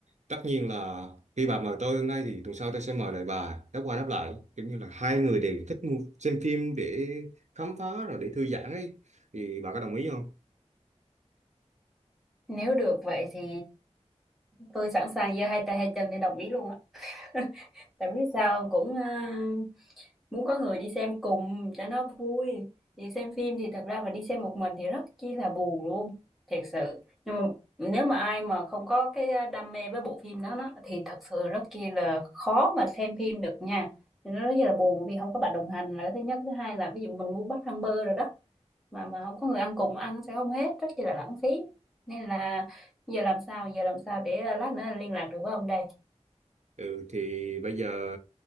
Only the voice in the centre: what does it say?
nếu được vậy thì tôi sẵn sàng giơ hai tay hai chân để đồng ý luôn á <laughs> tại biết sao cũng à, muốn có người đi xem cùng cho nó vui thì xem phim thì thật ra mà đi xem một mình thì rất chi là buồn luôn thiệt sự nhưng mà nếu mà ai mà không có cái ờ, đam mê với bộ phim đó, đó thì thật sự rất chi là khó mà xem phim được nha thì nó rất là buồn vì không có bạn đồng hành là cái thứ nhất thứ hai là ví dụ mình mua bắp rang bơ rồi đó mà mà không có người ăn cùng ăn sẽ không hết rất chi là lãng phí nên là giờ làm sao giờ làm sao để à, lát nữa liên lạc được với ông đây